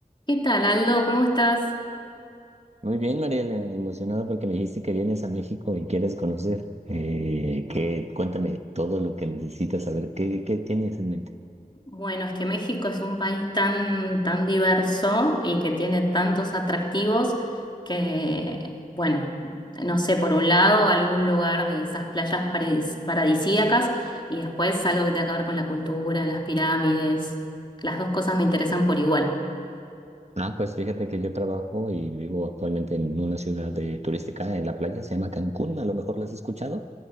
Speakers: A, on the left; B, on the right.
A: ¿Qué tal, Aldo? ¿Cómo estás?
B: Muy bien, Mariela, emocionado porque me dijiste que vienes a México y quieres conocer. Eh, ¿qué? Cuéntame todo lo que necesitas saber. ¿Qué, qué tienes en mente?
A: Bueno, es que México es un país tan, tan diverso y que tiene tantos atractivos que, bueno, no sé, por un lado, algún lugar de esas playas paradis- paradisíacas y después algo que tenga que ver con la cultura, las pirámides. Las dos cosas me interesan por igual.
B: Ah, pues fíjate que yo trabajo y vivo actualmente en una ciudad eh, turística en la playa, se llama Cancún, a lo mejor la has escuchado.